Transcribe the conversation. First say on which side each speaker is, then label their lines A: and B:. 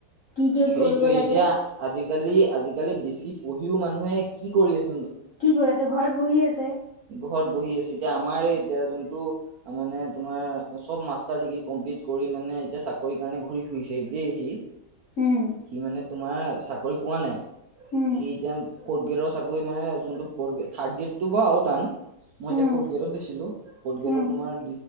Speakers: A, on the left (about 70°); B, on the right (about 80°).
A: কি কি
B: সেইটোৱে
A: কৰিব লাগে
B: এতিয়া আজিকালি আজিকালি বেছি পঢ়িও মানুহে কি কৰি আছে
A: কি কৰি আছে ঘৰত বহি আছে
B: ঘৰ বহি আছে এতিয়া আমাৰ এতিয়া যোনটো মানে তোমাৰ চব মাষ্টাৰ ডিগ্ৰী কমপ্লিট কৰি মানে মানে এতিয়া চাকৰি কাৰণে ঘূৰি-ফুৰিছে দেই সি
A: উম।
B: সি মানে তোমাৰ চাকৰি পোৱা নাই
A: উম
B: সি এতিয়া ফৰ্থ গ্ৰেডৰ চাকৰি মানে যোনটো থাৰ্ড গ্ৰেডটো বাৰু আৰু টান মই
A: উম
B: এতিয়া ফৰ্থ গ্ৰেডত দিছিলো ফৰ্ গ্ৰেডত
A: উম
B: তোমাৰ